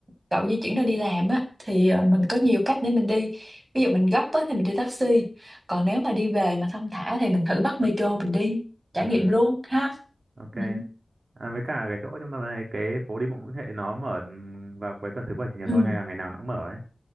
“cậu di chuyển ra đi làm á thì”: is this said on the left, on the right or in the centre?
Right